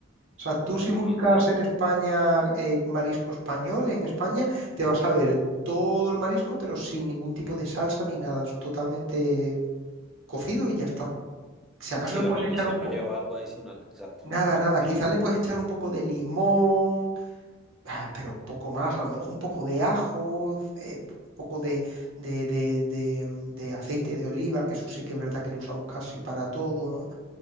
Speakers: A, on the right (about 70°); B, in the centre.
A: O sea, tú
B: ok,
A: si buscas
B: entiendo.
A: en España
B: Mm.
A: eh, marisco español, en España te vas a ver todo el marisco, pero sin ningún tipo de salsa ni nada, es totalmente cocido y ya está. Si acaso
B: Sí,
A: le
B: la
A: puedes
B: guarnición
A: echar un poco,
B: no lleva algo adicional, exacto.
A: nada,
B: Ok.
A: nada, quizás
B: De
A: le puedes echar un poco de limón, ah, pero poco más, a lo mejor un poco de ajo, eh, un poco de, de, de, de, mm, de aceite de oliva, que eso sí que es verdad que lo usamos casi para todo, ¿no?